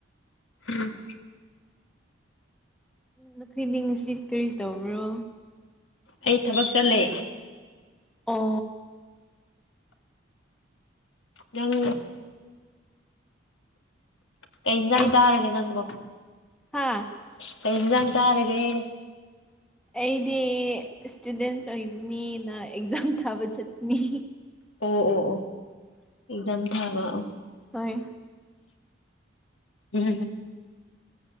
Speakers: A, on the left; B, in the centre.
A: ꯎꯝ
B: ꯅꯈꯣꯏ ꯅꯤ ꯉꯁꯤ ꯀꯔꯤ ꯇꯧꯕ꯭ꯔꯣ
A: ꯑꯩ ꯊꯕꯛ ꯆꯠꯂꯦ
B: ꯑꯣ
A: ꯅꯪ ꯀꯩ ꯌꯦꯟꯖꯥꯡ
B: ꯑꯩ
A: ꯆꯥꯔꯒꯦ ꯅꯪꯕꯣ
B: ꯍꯥ
A: ꯀꯩ ꯌꯦꯟꯁꯥꯡ ꯆꯥꯔꯒꯦ
B: ꯑꯩꯗꯤ ꯏꯁꯇꯨꯗꯦꯟꯁ ꯑꯣꯏꯕꯅꯤꯅ ꯑꯦꯛꯖꯥꯝ ꯊꯥꯕ ꯆꯠꯄꯅꯤ
A: ꯑꯣ ꯑꯣ ꯑꯣ ꯑꯦꯛꯖꯝ ꯊꯥꯕ
B: ꯍꯣꯢ
A: ꯍꯝ